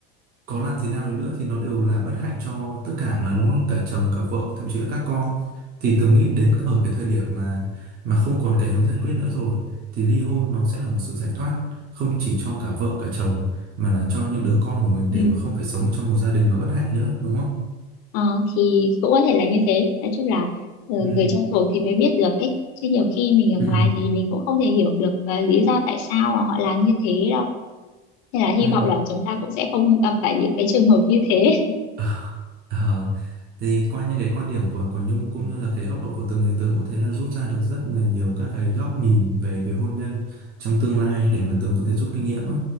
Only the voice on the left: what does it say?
ừ
Ờ, thì cũng có thể là như thế nói chung là ờ,
người trong cuộc thì mới biết được ấy chứ nhiều khi mình ở
ngoài thì mình cũng không thể hiểu được ờ, lý do tại sao mà họ làm như thế đâu nên là hy
vọng là chúng ta cũng sẽ không gặp phải những cái trường hợp như thế